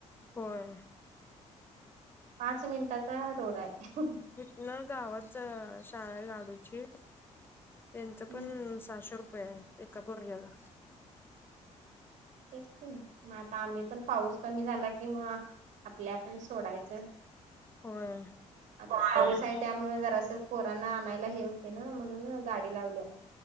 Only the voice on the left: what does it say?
होय
हीतन गावात शाळाआहे लाडूची. त्यांचं
पण सहाशे रुपये आहे एका पोरग्याला.
होय